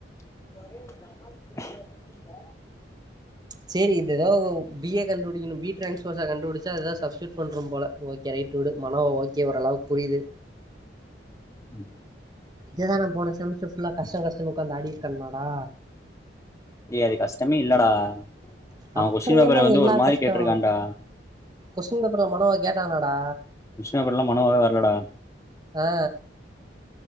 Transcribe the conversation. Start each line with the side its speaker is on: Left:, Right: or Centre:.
Left: <unintelligible>
Right: செரி இத் எதோ பி ஏ கண்டுபிடிக்கனு பி டிரான்ஸ்போஸ கண்டுபிடிச்சு அதுதா ஸப்ஸ்டியூட் பண்றம் போல ஓகே ரைட்டு விடு மனவ் ஓகே ஓரளவுக் புரியுது
Left: உம் <unintelligible>
Right: இத தா நா போன செம்ஸ்டர் ஃபுல்லா கஷ்டோ கஷ்டோன் உக்காந்து ஆடிட் கன்னாடா
Left: ஏ அது கஷ்டமே இல்லடா அவ
Right: அப்புற
Left: கொஸ்டின் பேப்பர
Right: ஏன்டா
Left: வந்து
Right: எல்லா‌
Left: ஒரு மாரி
Right: கஷ்டோ
Left: கேட்டிருக்கான்டா
Right: கொஸ்டின் பேப்பர்ல மனவ கேட்டானடா
Left: கொஷின் பேப்பர் ல மனமாவே வரலடா
Right: ஆ